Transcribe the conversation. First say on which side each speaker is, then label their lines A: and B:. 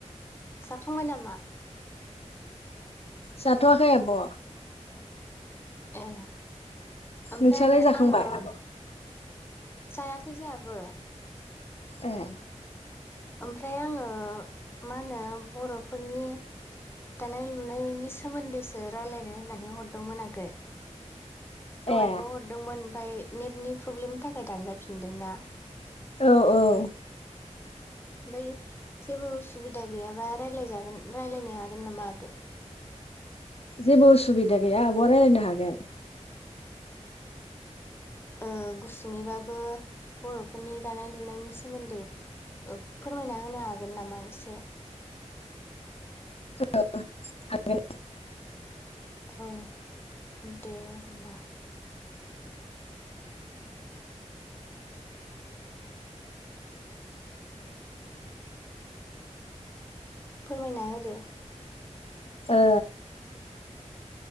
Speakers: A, on the left (about 20°); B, on the left (about 55°).
A: जाखांबाय नामा?
B: जाथ'वाखै आब'।
A: ए ओमफ्राय
B: नोंस्रालाय जाखांबाय
A: आङो।
B: आब'
A: जायाखै जोहाबो
B: ए
A: ओमफ्राय आङो मा होनो बर'फोरनि दानाय लुनायनि सोमोन्दैसो राय्लायनो होननानै हरदोंमोन आगै दहायबो
B: ए
A: हरदोंमोन ओमफफ्राय नेटनि प्रब्लेमनि थाखाय दानजाफिनदों ना।
B: औ-औ
A: ओमफ्राय जेबो उसुबिदा गैयाबा राय्लायजागोन राय्लायनो हागोन नामा आगै।
B: जेबो उसुबिदा गैया आबवा रायलायनो हागोन।
A: औ। गुसुङैबाबो बर'फोरनि दानाय लुनायनि सोमोन्दै फोरमायना होनो हागोन नामा एसे
B: औ हागोन।
A: औ दे होमबा। फोरमायना होदो
B: ओ